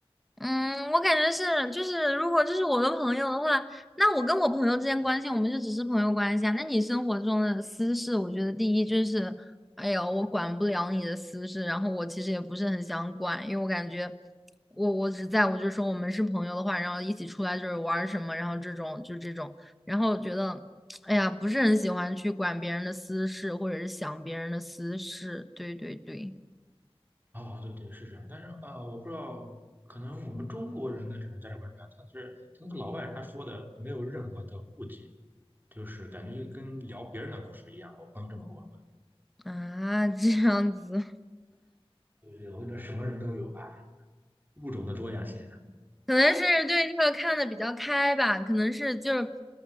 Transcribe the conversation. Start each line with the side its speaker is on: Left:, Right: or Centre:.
Centre: 嗯，我感觉是，就是如果就是我的朋友的话，那我跟我朋友之间关系，我们就只是朋友关系啊。那你生活中的私事，我觉得第一就是，哎呦，我管不了你的私事，然后我其实也不是很想管，因为我感觉我我只在乎就是说我们是朋友的话，然后一起出来就是玩儿什么，然后这种就这种，然后我觉得，哎呀，不是很喜欢去管别人的私事，或者是想别人的私事，对对对，
Right: 啊，对对，是这样。但是啊，呃我不知道，可能我们中国人的这种价值观是这他是他那个老外他说的没有任何的顾忌，就是感觉就跟聊别人的故事一样。我朋友这么跟我
Centre: 啊，这样子。
Right: 说，对对，我觉得什么人都有吧，物种的多样性
Centre: 可能是对这个看的比较开吧，可能是就是，